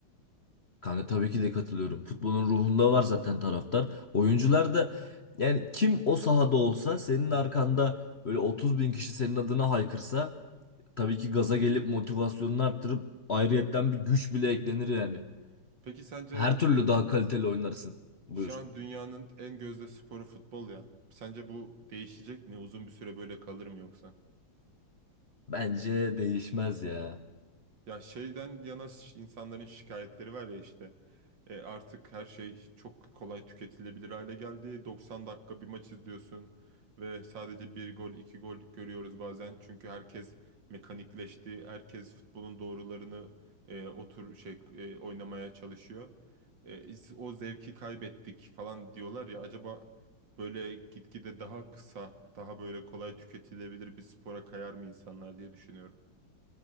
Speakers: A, on the left (about 40°); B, on the right (about 55°).
A: kanka tabii ki de katılıyorum. Futbolun ruhunda var zaten taraftar. Oyuncular da yani kim o sahada olsa senin arkanda böyle 30 bin kişi senin adına haykırsa tabii ki gaza gelip motivasyonunu arttırıp ayrıyetten bir güç bile eklenir yani.
B: Peki sence
A: Her türlü
B: e,
A: daha kaliteli oynarsın. Buyur.
B: şu an dünyanın en gözde sporu futbol ya. Sence bu değişecek mi? Uzun bir süre böyle kalır mı yoksa?
A: Bence değişmez ya.
B: Ya şeyden yana ş- insanların şikayetleri var ya işte E, artık her şey çok kolay tüketilebilir hale geldi. 90 dakika bir maç izliyorsun ve sadece bir gol iki gol görüyoruz bazen. Çünkü herkes mekanikleşti. Herkes futbolun doğrularını e, otur şey e, oynamaya çalışıyor. E, iz- o zevki kaybettik falan diyorlar ya acaba böyle gitgide daha kısa daha böyle kolay tüketilebilir bir spora kayar mı insanlar diye düşünüyorum.